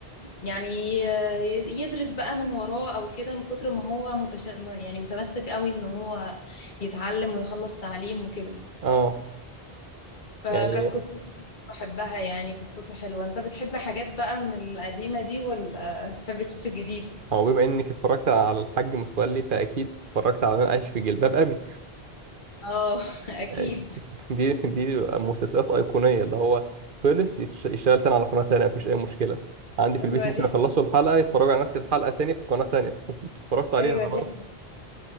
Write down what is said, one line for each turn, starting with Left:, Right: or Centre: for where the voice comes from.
Left: يعني ي- يدرس بقى من وراه او كده من كتر ما هو متش... يعني متمسك قوي ان هو يتعلم ويخلص تعليم وكده
Right: اه
Left: فكانت
Right: يعني
Left: قصته دي بحبها يعني قصته حلوة انت بتحب حاجات بقى من القديمة دي ولا بتحب تشوف الجديد
Right: هو بما انك اتفرجت على الحاج متولي فاكيد اتفرجت على انا عايش في جلباب ابي
Left: اه <laughs>
Right: يعني
Left: اكيد
Right: <laughs> دي دي مسلسلات ايقونيه اللي هو خلص يش- يشتغل تاني على قناه تانيه مفيش اي مشكله عندي في
Left: ايوه
Right: البيت ممكن
Left: دي
Right: اخلصوا
Left: حاجة.
Right: الحلقه يتفرجوا على نفس الحلقه تاني في قناه تانيه <laughs> اتفرجت عليها
Left: ايوه
Right: خلاص
Left: دي حاجة.